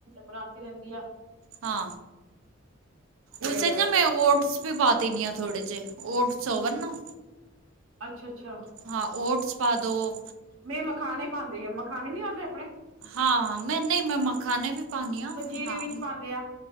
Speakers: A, on the right; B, on the right.
A: ਬਨਾਤੀ ਰੇਂਦੀ ਆ।
B: ਹਾਂ।
A: ਫੇਰ
B: ਉਸ ਚ ਨਾ ਮੈਂ ਓਟਸ ਵੀ ਪਾ ਦੇਣੀ ਆਂ ਥੋੜੇ ਜੇ, ਓਟਸ ਹੋਵਣ ਨਾ।
A: ਅੱਛਾ-ਅੱਛਾ।
B: ਹਾਂ, ਓਟਸ ਪਾਦੋ।
A: ਮੈਂ ਮਖਾਣੇ ਪਾਂਦੀ ਆ, ਮਖਾਣੇ ਨੀਂ ਆਂਦੇ ਅਪਨੇ।
B: ਹਾਂ, ਮੈਂ ਨਈਂ ਮੈਂ ਮੱਖਾਨੇ ਵੀ ਪਾਨੀ ਆਂ,
A: ਪੰਜੀਰੇ
B: ਹਾਂ।
A: ਵਿੱਚ ਪਾਂਦੇ ਆ।